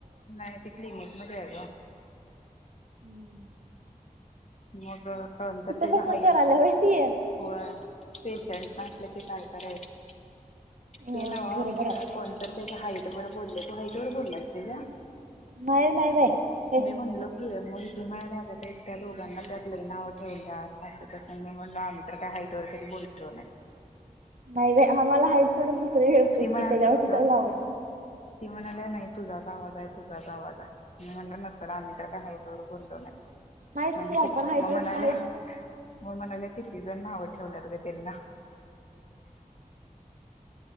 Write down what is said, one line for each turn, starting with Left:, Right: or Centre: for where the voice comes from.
Left: नाही ते क्लिनिक मध्ये आहे ग?
Right: हम्म
Left: मग तर त्याच्या
Right: बसून
Left: हाईट
Right: करायला व्हय ती
Left: व पेशंट असल्या कि काय करायचं?
Right: हो
Left: ते ना
Right: बरोबर
Left: मग
Right: आहे
Left: कोणत त्याच हाईट वर बोलले हाईट वर बोललाय ते का त्या?
Right: नाही नाही बाई हे
Left: मी म्हणलो की म्हणाल्या ते त्या लोघांना त्यातले नाव ठेवल्या असं तसं मी म्हणलं आम्ही का हईट वर कधी बोललो नाही
Right: नाही र आम्हाला हाईट सोडून, दुसर्या व्यवस्थेत
Left: ती म्हणालती
Right: की त्याच्यावर
Left: तुझा
Right: कशाला वाटल
Left: ती म्हणाली नाही तुझाच आवाज आहे तुझाच आवाज आहे मी म्हणल नसल आम्ही तर काय हाईट वर काही बोललो नाही
Right: नाहीच
Left: म्हणजे
Right: की आपण
Left: किती
Right: हाईट
Left: मग
Right: वरच
Left: म्हनाल्या
Right: हाईट
Left: मग म्हनाल्या किती? ना आव ठेवल्या ग त्यांना